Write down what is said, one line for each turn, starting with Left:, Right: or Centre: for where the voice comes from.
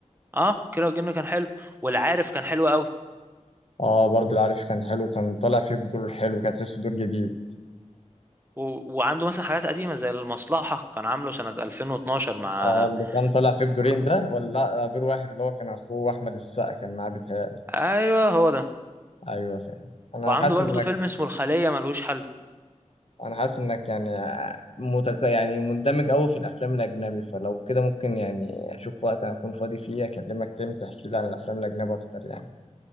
Right: آه، كيرة والجن كان حلو والعارف كان حلو قوي
Left: اه برضه العارف كان حلو كان طالع فيه بدور حلو كان تحسه دور جديد
Right: و... وعنده مثلا حاجات قديمه زي المصلحه كان عامله سنه 2012 مع
Left: اه اللي كان طالع فيه بدورين
Right: مع-
Left: ده ولا لا دور واحد اللي هو كان اخوه احمد السقا كان معاه بيتهيألي
Right: ايوه هو ده
Left: ايوه فاهم انا
Right: وعنده
Left: حاسس
Right: برضو
Left: ان
Right: فيلم اسمه الخليه ملهوش حل
Left: انا حاسس انك يعني متك... يعني مندمج قوي في الافلام الاجنبي فلو كده ممكن يعني اشوف وقت انا اكون فاضي فيه اكلمك تاني تحكي لي عن الافلام الاجنبي اكتر يعني